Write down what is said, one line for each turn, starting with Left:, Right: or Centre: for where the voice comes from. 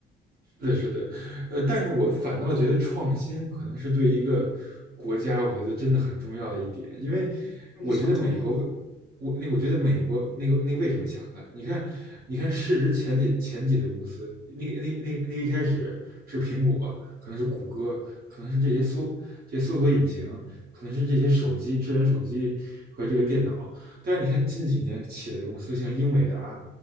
Right: 是的，是的，呃，但是我反倒觉得创新可能是对一个国家，我觉得真的很重要的一点，因为
Centre: 非常重要。
Right: 我觉得美国为，我那个我觉得美国那个那个为什么强大？你看，你看市值前几前几的公司，那个那个那个那个一开始是苹果，可能是谷歌，可能是这些搜这些搜索引擎，可能是这些手机智能手机和这个电脑，但是你看近几年企业的公司，像英伟达，